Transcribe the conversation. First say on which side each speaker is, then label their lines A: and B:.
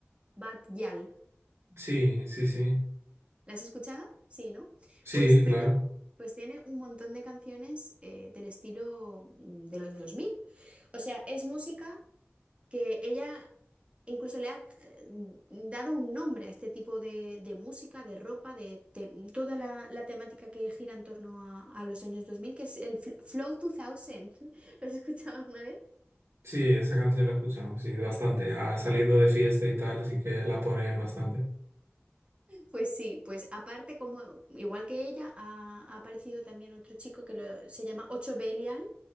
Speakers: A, on the right; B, on the right.
A: Bad Gyal.
B: Sí, sí, sí,
A: ¿La has escuchado? Sí, ¿no?
B: sí,
A: Pues tiene,
B: claro.
A: pues tiene un montón de canciones eh, del estilo mm, de los 2000. O sea, es música que ella incluso le ha eh, mm, dado un nombre a este tipo de, de música, de ropa, de, te- toda la, la temática que gira en torno a, a los años 2000, que es el fl- Flow 2000. <laughs> ¿Lo has escuchado alguna vez?
B: Sí, esa canción la escuchamos, sí, bastante, ah, saliendo de fiesta y tal, así que la ponen bastante.
A: Pues sí, pues aparte, como igual que ella, ha, ha aparecido también otro chico que lo- se llama Ocho Belial